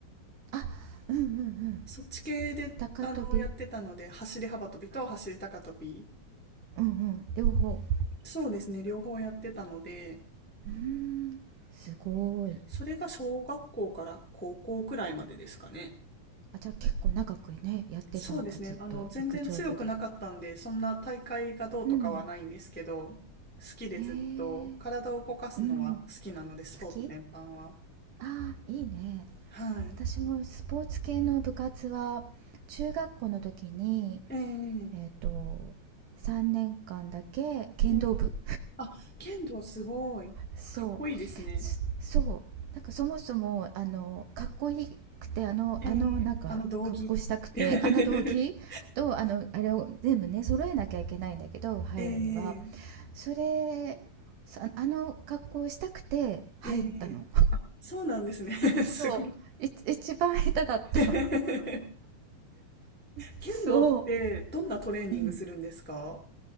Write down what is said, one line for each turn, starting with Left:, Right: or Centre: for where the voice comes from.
Right: あ、うんうんうん。
Centre: そっち系で、
Right: 高跳び、
Centre: あの、やってたので、走り幅跳びと走り高跳び。
Right: うんうん、両方。
Centre: そうですね。両方やってたので、
Right: うーん、すごーい。
Centre: それが小学校から高校くらいまでですかね。
Right: あ、じゃあ結構長くね、やってたんだ、
Centre: そうですね。
Right: ずっと陸上部で。
Centre: あの、全然強くなかったんで、そんな大会がどうとかはないんですけど、
Right: うん。
Centre: 好きでずっと体を動かすのは好きなので、
Right: へえ、うん。
Centre: スポーツ全般は。
Right: 好き？あー、いいね。
Centre: はい。
Right: 私もスポーツ系の部活は中学校の時に、
Centre: ええ
Right: えっと、3年間だけ剣道部
Centre: ええあ、剣道すごい。
Right: そうすそうなんかそもそもあのかっこいいくてあのあのなんか格好したくてあの道着とあのあれを全部ね揃えなきゃいけないんだけど入るには
Centre: かっこいいですね。ええあの、道着。<laughs> ええ
Right: それさあの格好をしたくて入ったの
Centre: ええそうなんですね。
Right: そうい一番下手だった
Centre: <laughs> すごい。<laughs>
Right: そ
Centre: 剣道ってどんなトレーニングするんですか
Right: う、うん、